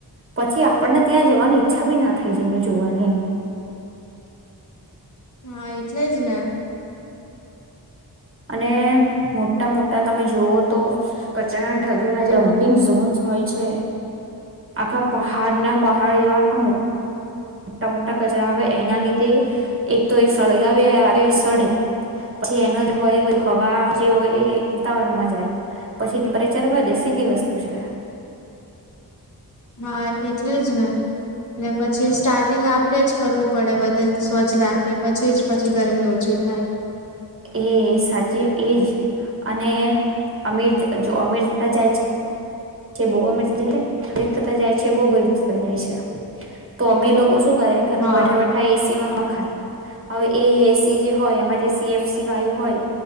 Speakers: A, on the right; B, on the left.
A: પછી આપણને ત્યાં જવાની ઈચ્છા બી ના થઈ જાયને જોવાની એમ.
B: હા, એટલે જ ને.
A: અને મોટા મોટા તમે જોઓ તો કચરાના ઢગલાના જમ્પિંગ ઝોન્સ હોય છે આખા પહાડના પહાડ એવા આખા મો ટા મોટા કચરા આવે એના લીધે એક તો એ સળગાવે સળે પછી એના હોય હવા જે હોય એ વાતાવરણમાં જાય પછી પ ચરવા દેશી બી વસ્તુ છે.
B: હા એટલે જ ને એલે પછી સ્ટાર્ટિંગ આપડે જ કરવું પડે બધે સ્વચ્છ રાખીએ પછી જ પછી ગરમી ઓછી થાય.
A: એ સાચી એજ અને અમીર જો અમરસાર જાય છે. છે બો અ મરસ જાય છે. ગરીબ થતા જાય છે બહુ ગરીબ થતા જાય છે, તો અમે લોકો શું કરે ઘરમાં
B: હા
A: બેઠા બેઠા એ સીમાં હવા ખાય હવે એ એસી જે હોય એમાં જે સી એફ સી વાયુ હોય